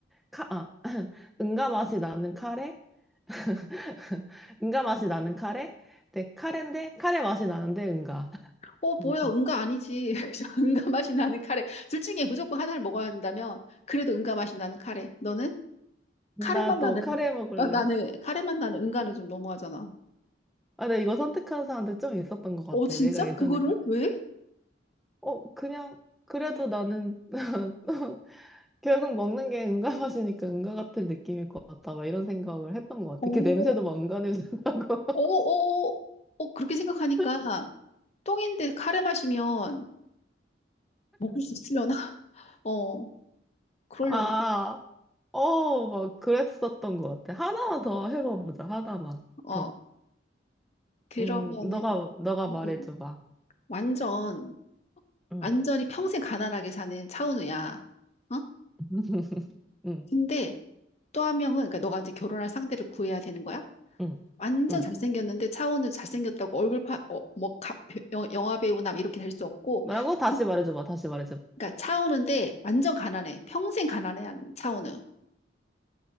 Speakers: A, in the centre; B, on the left.
A: 카, 아, <laughs> 응가 맛이 나는 카레? <laughs> 응가 맛이 나는 카레? 네, 카레인데, 카레 맛이 나는데 응가. <laughs>
B: 어, 뭐야,
A: 이거.
B: 응가 아니지. <laughs> 그냥 응가 맛이 나는 카레. 둘 중에 무조건 하나를 먹어야 한다면, 그래도 응가 맛이 나는 카레. 너는? 카레
A: 나도
B: 맛 나는,
A: 카레 먹을래.
B: 어, 나는, 카레 맛 나는 응가는 좀 너무하잖아.
A: 아, 나 이거 선택한 사람들 좀 있었던 것 같아.
B: 어, 진짜?
A: 내가 예전에.
B: 그거를? 왜?
A: 어, 그냥, 그래도 나는, <laughs> 결국 먹는 게 은가 맛이니까 은가 같은 느낌일 것 같다. 막 이런 생각을 했던 것
B: 어,
A: 같아. 그 냄새도 막 은가 냄새 나고.
B: 어, 어, 어, 그렇게 생각하니까,
A: <laughs>
B: 똥인데 카레 마시면 먹을 수 있으려나? <laughs> 어, 그러려나?
A: 아, 어, 막 그랬었던 것 같아. 하나만 더 해봐보자. 하나만
B: 어,
A: 더.
B: 그러면은,
A: 음, 너가, 너가 말해줘봐.
B: 음, 음. 완전,
A: 응,
B: 완전히 평생 가난하게 사는 차은우야. 어?
A: <laughs> 응,
B: 근데 또 한 명은, 그러니까 너가 이제 결혼할 상대를 구해야 되는 거야?
A: 응,
B: 완전
A: 응.
B: 잘생겼는데 차은우 잘생겼다고 얼굴 파, 어, 뭐, 가, 여- 영화 배우나 이렇게 될 수 없고,
A: 뭐라고? 다시
B: 진-
A: 말해줘봐. 다시 말해줘봐.
B: 그러니까 차은우인데 완전 가난해. 평생 가난해한 차은우.